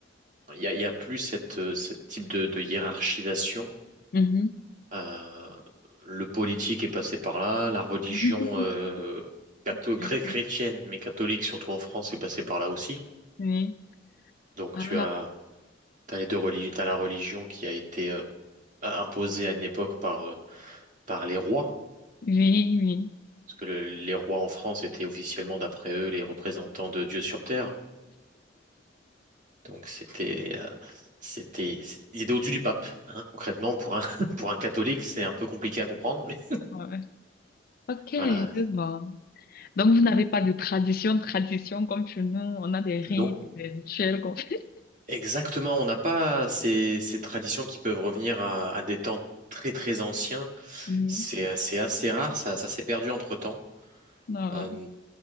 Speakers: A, on the right; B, on the left.
A: il y a, il y a plus cette, euh, cette type de, de hiérarchisation.
B: Mhm.
A: Euh, le politique est passé par là, la religion
B: <laughs>
A: euh, catho-
B: Oui.
A: chré- chrétienne, mais catholique, surtout en France, est passée par là aussi.
B: Oui.
A: Donc
B: Ah.
A: tu as, t'as les deux religions, t'as la religion qui a été euh, imposé à une époque par, euh, par les rois,
B: Oui, oui.
A: parce que le- les rois en France étaient officiellement, d'après eux, les représentants de Dieu sur terre. Donc c'était, euh, c'était, c'est- ils étaient au-dessus du pape, hein. Concrètement, pour un, <laughs> pour un catholique, c'est un peu compliqué à comprendre, mais
B: Ouais. Ok, je
A: voilà.
B: vois. Donc, vous n'avez pas de tradition, tradition comme chez nous. On a des rites,
A: Donc
B: des rituels qu'on fait.
A: exactement, on n'a pas ces, ces traditions qui peuvent revenir à, à des temps très très anciens.
B: Oui.
A: C'est, c'est assez rare, ça, ça s'est perdu entre-temps.
B: Non,
A: Euh,